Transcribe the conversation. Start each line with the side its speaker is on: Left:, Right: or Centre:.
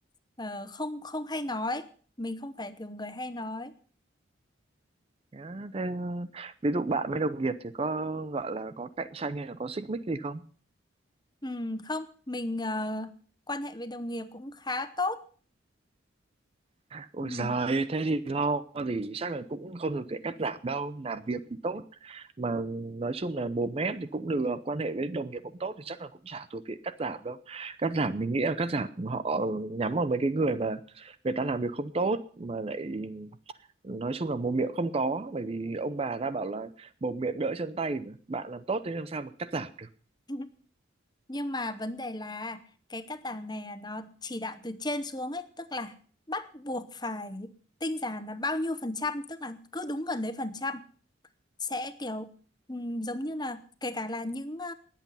Left: ờ, không không hay nói mình không phải kiểu người hay nói
Right: Nhá. Thế, ví dụ bạn với đồng nghiệp thì có gọi là có cạnh tranh hay là có xích mích gì không?
Left: ừ, không mình ờ, quan hệ với đồng nghiệp cũng khá tốt
Right: Ôi
Left: ừ.
Right: giời, thế thì lo gì, chắc là cũng không được sẽ cắt giảm đâu, làm việc thì tốt, mà nói chung là mồm mép thì cũng được, quan hệ với đồng nghiệp cũng tốt thì chắc là cũng chả thuộc diện cắt giảm đâu. Cắt giảm mình nghĩ là cắt giảm họ nhắm vào mấy cái người mà người ta làm việc không tốt, mà lại nói chung là mồm miệng không có, bởi vì ông bà ta bảo là mồm miệng đỡ chân tay mà, bạn làm tốt thế làm sao mà cắt giảm
Left: <laughs> nhưng mà vấn đề là cái cắt giảm này nó chỉ đạo từ trên xuống ấy tức là bắt buộc phải tinh giản là bao nhiêu phần trăm tức là cứ đúng gần đấy phần trăm sẽ kiểu ừm, giống như là kể cả là những ờ,